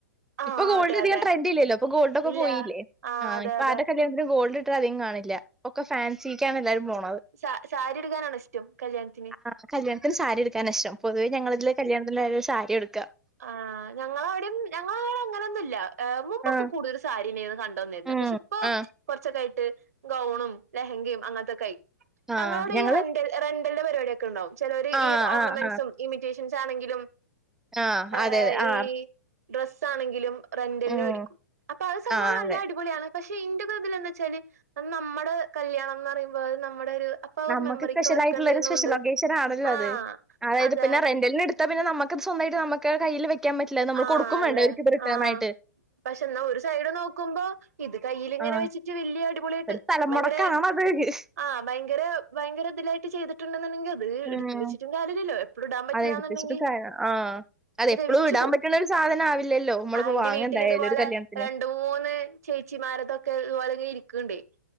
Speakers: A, on the right; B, in the centre.
A: ആഹ്
B: ഇപ്പൊ ഗോൾഡ്
A: അതെ
B: അധികം
A: അതെ
B: ട്രെന്റില്ലല്ലോ ഇപ്പൊ ഗോൾഡ്ക്കെ
A: ഇല്ല
B: പോയില്ലേ
A: ആഹ്
B: ആ
A: അതെ
B: ഇപ്പ
A: അതെ
B: ആര്ടെ കല്യാണത്തിനും ഗോൾഡ് <unintelligible> അധികം കാണില്ല ഒക്ക ഫാൻസി ക്കാണ് എല്ലാരും പോണ
A: സാ സാരി ഉടുക്കാനാണ് ഇഷ്ടം കല്യാണത്തിന്
B: <unintelligible> <inaudible> കല്ല്യാണത്തിന് സാരി എട് ക്കാനിഷ്ടം പൊതുവെ ഞങ്ങളതില് കല്യാണത്തിന് ല്ലാരും സാരിയുടുക്ക.
A: ആ ഞങ്ങളവിടിം ഞങ്ങളവ്ടെ അങ്ങനൊന്നുല്ല ഏഹ് മുമ്പൊക്കെ
B: ആ
A: കൂടുതൽ സാരിനേന്നു കണ്ടന്നിരുന്നേ.
B: ഉം
A: പക്ഷെ ഇപ്പോ
B: ആ
A: കൊറച്ചൊക്കായി ഗൗണും ലെഹങ്കയും അങ്ങനത്തൊക്കായി
B: ആ
A: ങ്ങങ്ങളോടെ
B: ഞങ്ങള്
A: ഈ റന്റെല റന്റ്ൽന്റ പരിപാടി ഒക്കെ ണ്ടാവും ചെലോര്
B: ആ
A: ഈ ഓർണമെന്റ്സും
B: ആ ആ
A: ഇമിറ്റേഷൻസ് ആണെങ്കിലും
B: ആ
A: ഏ
B: അതെ അതെ ആ
A: ഈ ഡ്രസ്സ് ആണെങ്കിലും റെന്റലിന്
B: ഉം
A: വേടിക്കും. അപ്പൊ അത് സംഭവം
B: ആ
A: നല്ല
B: അതെ
A: അടിപൊളിയാണ് പക്ഷെ ഇ ഇതിലെന്തച്ചാല് അത്‌ നമ്മടെ കല്യാണന്നറയുമ്പോ അത് നമ്മടെ ഒരു അപ്പൊ അത്
B: നമുക്ക്
A: മെമ്മറിക്ക്
B: സ്പെഷ്യൽ
A: വെക്കണ്ടേന്നുണ്ട്
B: ആയിട്ടുള്ളൊരു സ്പെഷ്യൽ ഒക്കേഷൻ ആണല്ലോ
A: ആഹ്
B: അത് അതായത്
A: അതെ
B: പിന്നെ റെന്റൽന് എടു ത്ത പിന്നെ നമക്കത് സ്വന്തായിട്ട് നമക്ക് കയ്യില് വെക്കാ പറ്റില്ല നമ്മള്കൊടുക്കും
A: ആഹ് അതെ
B: വേണ്ടേ അവരിക്ക്ത് റിട്ടേണായിട്ട്.
A: ആഹ് പക്ഷെ ന്നാ ഒരു സൈഡ് നോക്കുമ്പോ ഇത് കയ്യില്ങ്ങനെ
B: ആഹ്
A: വെച്ചിട്ട് വല്ല്യ അടിപൊളിയായിട്ട്
B: ഒരു സ്ഥലം
A: <inaudible> ഭയങ്കരേ
B: <unintelligible>
A: ആ ഭയങ്കര ഭയങ്കര ഇതിലായിട്ട് ചെയ്തിട്ടുണ്ടെന്നുണ്ടെങ്കി അത്
B: ഉം.
A: എടുത്ത് വെച്ചിട്ടും കാര്യല്ലല്ലോ. എപ്പളും ഇടാൻ പറ്റില്ലാന്നുണ്ടെങ്കി
B: അതെടുത്തുവെച്ചിട്ട് കാര്യ ആഹ്. അതെപ്പളും
A: ധ്രെവിച്ചു
B: ഇടാൻ
A: പോവും.
B: പറ്റണ ഒരു സാധനാവില്ലല്ലോ. നമ്മളിപ്പോ
A: ആ ഇന്റെ
B: വാങ്ങെന്തായാലും
A: വീട്ടലിതുപോലെ
B: ഒരു കല്യാണത്തിന്.
A: രണ്ടു മൂന്ന് ചേച്ചിമാരതൊക്കെ ഇതുപോലെ <unintelligible> രിക്ക്ണ്ടേ